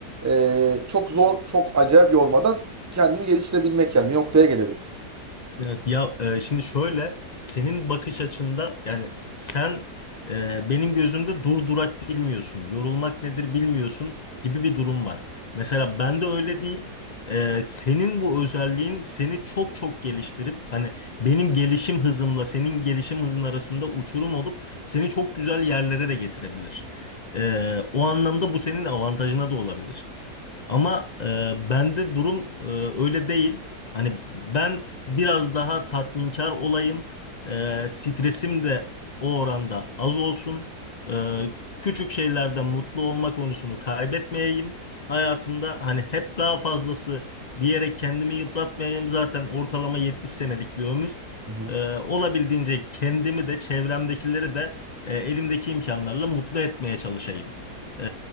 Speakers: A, on the right; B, on the left.
A: e, çok zor, çok acayip yormadan kendimi geliştirebilmek yani bir noktaya gelebilmek.
B: Evet ya e, şimdi şöyle senin bakış açında yani sen e, benim gözümde dur durak bilmiyorsun, yorulmak nedir bilmiyorsun gibi bir durum var. Mesela ben de öyle değil. E, senin bu özelliğin seni çok çok geliştirip hani benim gelişim hızımla senin gelişim hızın arasında uçurum olup seni çok güzel yerlere de getirebilir. E, o anlamda bu senin avantajına da olabilir. Ama e, bende durum e, öyle değil. Hani ben biraz daha tatminkar olayım. Ee, stresim de o oranda az olsun. Ee, küçük şeylerde mutlu olma konusunu kaybetmeyeyim. Hayatımda hani hep daha fazlası diyerek kendimi yıpratmayayım. Zaten ortalama 70 senelik bir ömür.
A: Hı hı.
B: Ee, olabildiğince kendimi de çevremdekileri de e, elimdeki imkanlarla mutlu etmeye çalışayım. e,